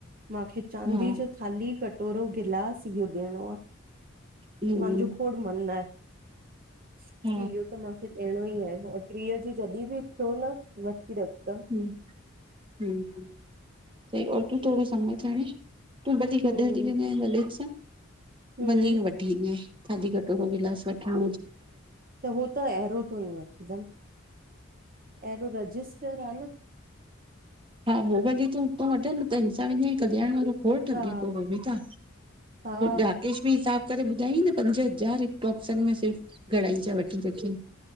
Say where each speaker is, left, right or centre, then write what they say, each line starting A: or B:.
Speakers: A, on the right; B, on the right.
A: माखे चांदी
B: हा
A: जो थाली कट कटोरो गिलास इहो ॾियणो आ,
B: हम्म
A: मांजो खोड़ मन आहे।
B: हा
A: इहो त माखे ॾियणो ई आहे, औ ट्रीह जी जॾी ॿि थियो न वठी रखदम।
B: हे, तूं थोड़ो समझ हांणे। तूं भली
A: हम्म
B: गॾ हली वेंजय ललित सां।
A: हम्म,
B: वञी वठी ईंजइ, थाली कटोरो, गिलास वठण।
A: त हो त अहिरो तों ई वठंदम, अहिरो रजिस्टर <inaudible>
B: हा, हो भली तूं उतौं वठ न, त हिनसां वेंदींअं हिक ॾियण वारो खोड़ ठॻे
A: हा
B: थो हू बि त,
A: हा,
B: राकेश बि हिसाब करे ॿुधायई न, पंज हज़ार हिक टॉप्सन में सिर्फ घड़ाई जा वठी रखयईं।